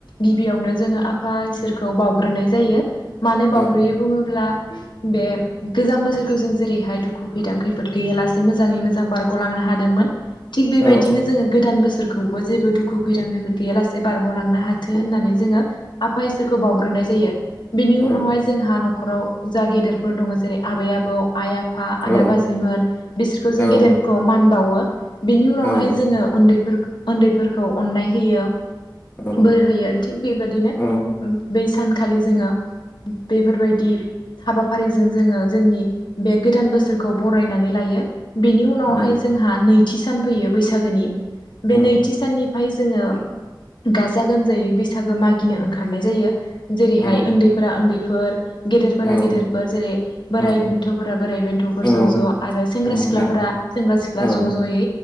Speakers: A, on the left; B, on the left.
A: गिबियावनो जोङो आफा इसोरखौ बावग्रोनाय जायो । मानो
B: औ
A: बावग्रोयै बुङोब्ला बे गोजाम बोसोरखौ जों जेरैहाय दुखु खैदां खैफोद गैयालासे मोजाङै मोजां बारगलांनो हादोंमोन थिग बेबायदिनो
B: औ
A: जोङो गोदान बोसोरखौबो जेबो दुखु खैदां खैद गैयालासे बारगलांनो हाथों होननानै जोङो आफा इसोरखौ। बावग्रोनाय जायो बेनि
B: औ
A: उनावहाय जोंहा नखराव जा गेदेरफोर दङ' जेरै आबै आबौ आइ आफा
B: औ
A: आदा बाजैमोन बिसोरखौ जों
B: औ
A: गेदेरफोरखौ मान बावो । बिनि उनावहाय
B: औ
A: जोङो उन्दैफोर- उन्दैफोरखौ अननाय होयो
B: औ
A: बोर होयो थिग बेबायदिनो
B: औ
A: बै सानखालि जोङो बेफोरबायदि हाबाफारिजों जोङो जोंनि बे गोदान बोसोरखौ बरायनानै लायो बेनि उनावहाय
B: औ
A: जोंहा नैथि सान फैयो बैसागोनि बे
B: औ
A: नैथि साननि ओमफाय जोङो गाजा गोमजायै बैसागो मागिनो ओंखारनाय जायो जेरैहाय
B: औ
A: उन्दैफोरा उन्दैफोर गेदेरफोरा
B: औ
A: गेदेरफोर जेरै बोराइ
B: औ
A: बेन्थफोरा बोराइ बेन्थफोर
B: औ
A: ज ज आरो सेंग्रा
B: नोंथां
A: सिख्लाफोरा सेंग्रा सिख्ला
B: औ
A: ज जयै